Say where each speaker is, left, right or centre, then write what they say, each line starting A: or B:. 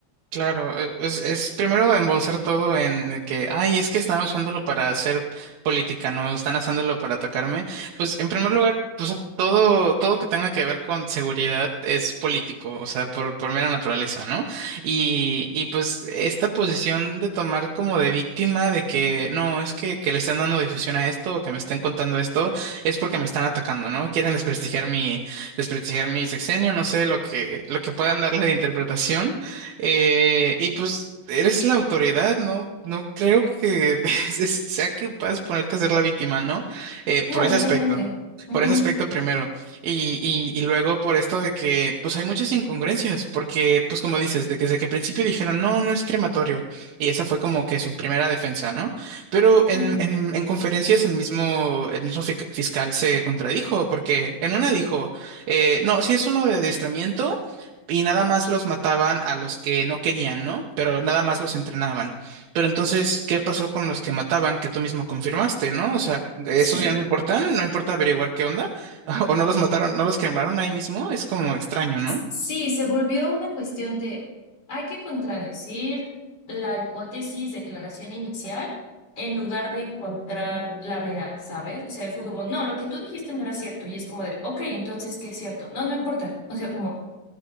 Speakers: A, on the right; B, on the left.
A: Claro, e- es, es primero embolsar todo en de que, ay, es que están usándolo para hacer política, no están usándolo para atacarme. Pues en primer lugar, pues todo, todo que tenga que ver con seguridad es político, o sea, por, por mera naturaleza, ¿no? Y, y pues esta posición de tomar como de víctima de que no, es que, que le están dando difusión a esto o que me estén contando esto, es porque me están atacando, ¿no? Quieren desprestigiar mi, desprestigiar mi sexenio, no sé, lo que, lo que puedan darle de interpretación. Eh, y pues eres la autoridad, ¿no? No creo que <laughs> es- es- sea que puedas ponerte a ser la víctima, ¿no? Eh,
B: No,
A: por ese
B: totalmente.
A: aspecto.
B: Ujú.
A: Por ese aspecto primero. Y, y, y luego por esto de que, pues hay muchas incongruencias, porque, pues como dices, de que desde que al principio dijeron, no, no es crematorio. Y esa fue como que su primera defensa, ¿no? Pero en,
B: Mm,
A: en, en conferencias el mismo, el mismo fic- fiscal se contradijo, porque en una dijo, eh, no, si es uno de adiestramiento y nada más los mataban a los que no querían, ¿no? Pero nada más los entrenaban. Pero entonces, ¿qué pasó con los que mataban que tú mismo confirmaste, ¿no? O sea, ¿esos
B: Sí.
A: ya no importan? ¿No importa averiguar qué onda? <laughs> ¿O no los mataron, no los quemaron ahí mismo? Es como extraño, ¿no?
B: Sí, se volvió una cuestión de, hay que contradecir la hipótesis de declaración inicial en lugar de encontrar la real, ¿sabes? O sea, fue como, no, lo que tú dijiste no era cierto. Y es como de, ok, entonces, ¿qué es cierto? No, no importa. O sea, como,